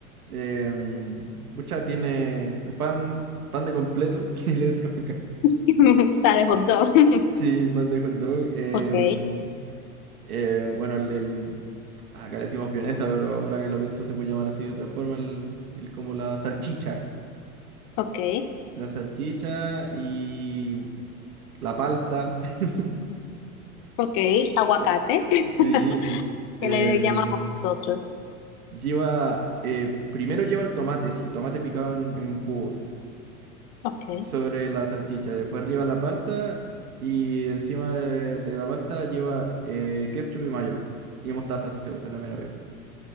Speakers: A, on the right (about 75°); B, on the left (about 30°).
A: Eh, pucha, tiene pan, pan de completo, <laughs> que le decimos acá.
B: <laughs> Está de hot dog. <laughs>
A: Sí, el pan de hot dog. em,
B: Ok,
A: eh, bueno, el, el- acá le decimos vienesa, pero ahora que lo pienso se puede llamar así de otra forma, el, el como la salchicha.
B: ok.
A: la salchicha y la palta. <laughs>
B: Ok, aguacate,
A: Eh,
B: <laughs>
A: Sí, el- em,
B: que le llamamos nosotros.
A: lleva, eh, primero lleva el tomate, sí, tomate picado en, en cubos
B: Ok,
A: sobre la salchicha, después arriba la palta y encima de, de la palta lleva eh, ketchup y mayo y mostaza si te gusta también, obvio.